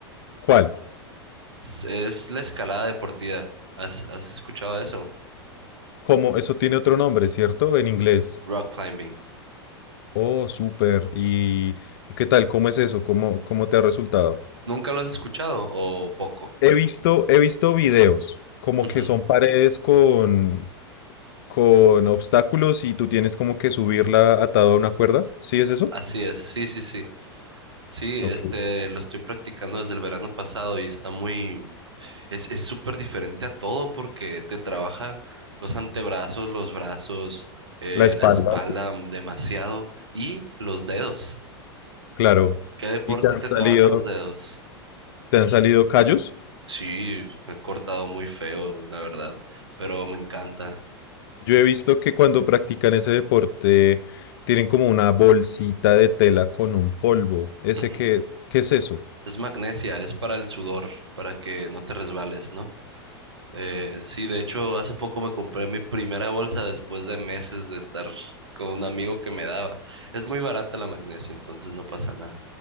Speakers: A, on the left; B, on the right.
A: ¿Cuál?
B: Es, es la escalada deportiva. ¿Has, has escuchado eso?
A: ¿Cómo? Eso tiene otro nombre, ¿cierto? En inglés.
B: Rock climbing.
A: Oh, súper. ¿Y, y qué tal? ¿Cómo es eso? ¿Cómo, cómo te ha resultado?
B: ¿Nunca lo has escuchado o poco?
A: He visto, he visto videos, como
B: <laughs> Ujú.
A: que son paredes con, con obstáculos y tú tienes como que subirla atado a una cuerda. ¿Sí es eso?
B: Así es, sí, sí, sí. Sí, este,
A: Ok.
B: lo estoy practicando desde el verano pasado y está muy, Es, es súper diferente a todo porque te trabaja los antebrazos, los brazos, eh,
A: La espalda.
B: la espalda mm, demasiado y los dedos.
A: Claro.
B: ¿Qué deporte
A: ¿Y te han
B: te
A: salido,
B: trabaja los dedos?
A: te han salido callos?
B: Sí, me he cortado muy feo, la verdad, pero me encanta.
A: Yo he visto que cuando practican ese deporte tienen como una bolsita de tela con un polvo. ¿Ese
B: Ujú.
A: qué, qué es eso?
B: Es magnesia, es para el sudor, para que no te resbales, ¿no? Eh, sí, de hecho, hace poco me compré mi primera bolsa después de meses de estar con un amigo que me daba. Es muy barata la magnesia, entonces no pasa nada.